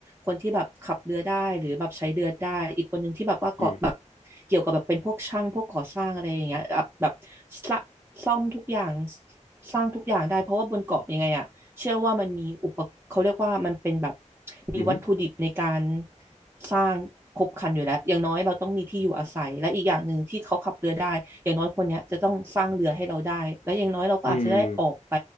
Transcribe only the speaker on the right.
คนที่แบบขับเรือได้หรือแบบใช้เรือได้อีกคนหนึ่งที่แบบว่าเกาะแบบ
เกี่ยวกับแบบเป็นพวกช่างพวกก่อสร้างอะไรอย่างเงี้ยแบบแบบสะซ่อมทุกอย่างสร้างทุกอย่างได้เพราะว่าบนเกาะยังไงอะเชื่อว่ามันมีอุปเขาเรียกว่ามันเป็นแบบมีวัตถุดิบในการ
สร้างครบครันอยู่แล้วอย่างน้อยเราต้องมีที่อยู่อาศัยและอีกอย่างหนึ่งที่เขาขับเรือได้อย่างน้อยคนเนี้ยจะต้องสร้างเรือให้เราได้และอย่างน้อยเราก็อาจจะได้ออกไป